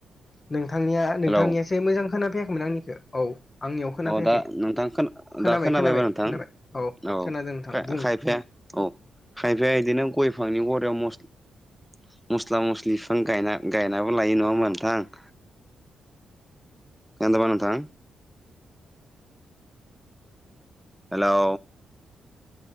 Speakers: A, on the left (about 35°); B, in the centre.
A: नोंथांनिया नोंथांनियासो
B: हेलौ
A: मोजां खोनाफैयाखैमोन आंनिखौ औ आंनियाव खोनाफैयाखै
B: औ दा नोंथां
A: खोनाबाय
B: दा खोनाबायमोन
A: खोनाबाय
B: नोंथां
A: खोनाबाय
B: औ
A: खोनादों नोंथां बुं
B: खायफाया औ खायफाया बिदिनो गय फांनि गरयाव मसलि मस्ला मस्लि बिफां गायना गायनाबो लायो नङा नोंथां एथ' बानो था हेलौ